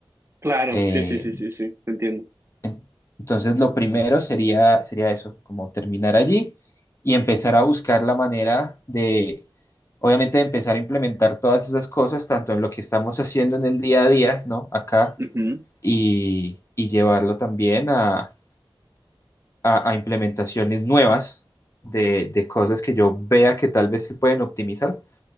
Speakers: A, on the right; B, on the left.
A: Claro,
B: Eh,
A: sí, sí, sí, sí, sí, entiendo.
B: en- Entonces, lo primero sería, sería eso, como terminar allí y empezar a buscar la manera de, obviamente, de empezar a implementar todas esas cosas, tanto en lo que estamos haciendo en el día a día, ¿no? Acá,
A: Ujú,
B: y, y llevarlo también a, a- a implementaciones nuevas de, de cosas que yo vea que tal vez se pueden optimizar.